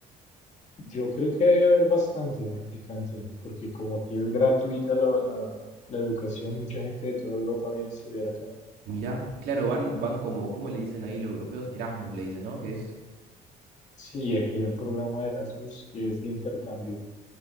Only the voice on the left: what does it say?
Yo creo que debe haber bastante aplicante, porque como aquí es gratuita la, la- la educación, mucha gente de toda Europa viene a estudiar acá.
Sí, aquí hay un programa de Erasmus que es de intercambio,